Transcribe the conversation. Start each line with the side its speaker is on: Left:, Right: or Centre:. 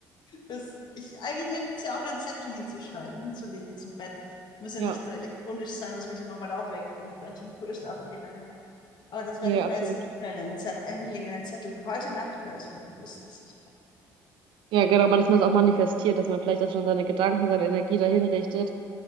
Left: Das, ich, eigentlich hätte es ja auch einen Zettel hinzuschreiben, hinzulegen zum Bett. Muss ja
Right: Ja,
Left: nicht so elektronisch sein, was mich dann nochmal aufweckt, wenn ich vielleicht schon früher schlafen gegangen bin. Aber das
Right: nee,
Left: werde ich
Right: absolut.
Left: mir jetzt hinstellen, einen Zettel, hinlegen, einen Zettel. Heute Nacht werde ich mir bewusst, dass ich träume.
Right: Ja, genau, aber dass man es auch manifestiert, dass man vielleicht das schon seine Gedanken, seine Energie dahin richtet